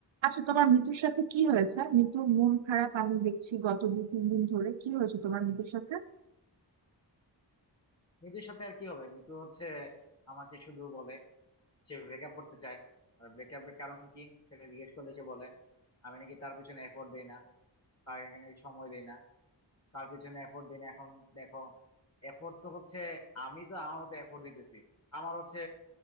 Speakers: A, on the right; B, on the left.
A: আচ্ছা তোমার মিতুর সাথে কি হয়েছে মিতুর মন খারাপ আমি দেখছি গত দুই তিন দিন ধরে কি হয়েছে তোমার মিতুর সাথে
B: মিতুর সাথে আর কি হবে মিতু হচ্ছে আমাকে শুধু বলে সে ব্রেকআপ করতে চায় আর ব্রেকআপের কারণ কি সেটা জিজ্ঞেস করলে সে বলে আমি নাকি তার পিছনে এফোর্ট দেই না তার এখানে সময় দেই না তার পিছনে এফোর্ট দেই না এখন দেখো এফোর্ট তো হচ্ছে আমি তো আমার মতো এফোর্ট দিতেছি আমার হচ্ছে